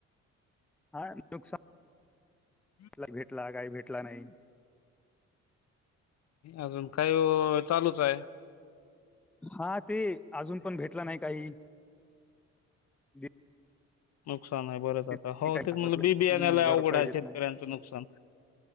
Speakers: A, in the centre; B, on the left.
A: हा नुकसा
B: हम्म
A: भेटला काही भेटला नाही
B: अजून काही चालूच आहे
A: हा ते अजून पण भेटला नाही काही देत
B: नुकसान आहे बरंच आता
A: नाही,
B: हो
A: काही
B: तेच म्हटलं
A: असलं.
B: बी बियाण्याला
A: हम्म भरपाई
B: अवघड आहे
A: देत
B: शेतकऱ्यांचं
A: नाही
B: नुकसान